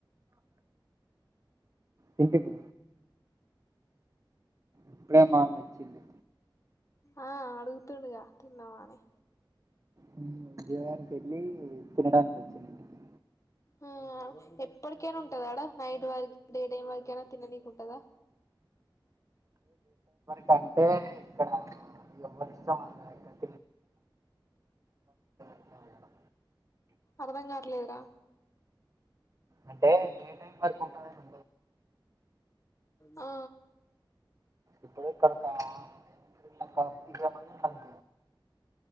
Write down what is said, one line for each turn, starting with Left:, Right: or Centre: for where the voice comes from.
Right: తింటిప్పు ఇప్పుడే మామచ్చిండు
Left: ఆ అడుగుతుండుగా తిన్నవా అని
Right: హ్మ్ ఉద్యోగానికి ఎళ్ళి తినడానికి వచ్చిండు ఇంటికి
Left: ఆ ఎప్పడికైనా ఉంటదాడా నైట్ వరకి డే డే వరకైనా తిననికి ఉంటదా
Right: కంటే ఇక్కడ ఎవ్వరిష్టం వాళ్లదే అక్క అట్లా ఇక్కడ
Left: అర్ధం కావట్లేదు రా
Right: అంటే డే టైం వరకు ఉంటదను
Left: ఆ
Right: ఇప్పుడు ఇక్కడికా <unintelligible>